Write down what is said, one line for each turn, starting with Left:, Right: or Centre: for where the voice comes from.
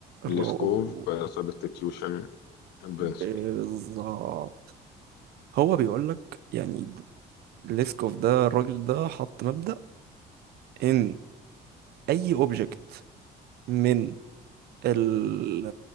Right: اللي
Left: السكوب
Right: هو
Left: substitution principle
Right: بالظبط هو بيقول لك يعني ليسكوف ده الراجل ده حط مبدأ ان اي اوبجكت من ال